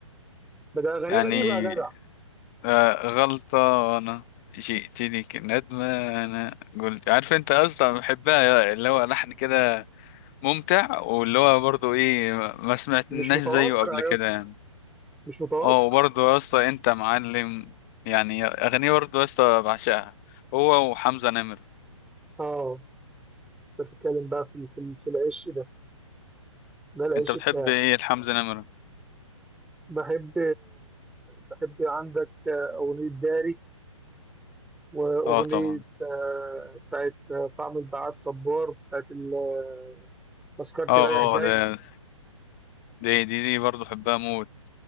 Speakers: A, in the centre; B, on the left.
A: بدأ اغانيه
B: يعني
A: غريبه يا جدع
B: آه، غلطة أنا جئتني كندمة أنا قلت عارف أنت أصلا بحبها اللي هو لحن كده ممتع واللي هو برضو إيه ما سمعتناش
A: مش متوقع
B: زيه قبل كده
A: يا اسطى
B: يعني
A: مش متوقع
B: أه وبرضو يا اسطى أنت معلم يعني أغنية برضو يا اسطى بعشقها هو وحمزة نمرة
A: اه بتتكلم بقى في في في العش ده ده العش
B: أنت بتحب
A: بتاعي
B: إيه لحمزة نمرة؟
A: بحب بحب عندك أغنية داري وأغنية
B: أه طبعا
A: آه، بتاعت آه، طعم البعاد صبار بتاعت ال- آه، تذكرتي
B: أه
A: رايح جاي
B: أه ده دي دي دي برضو بحبها موت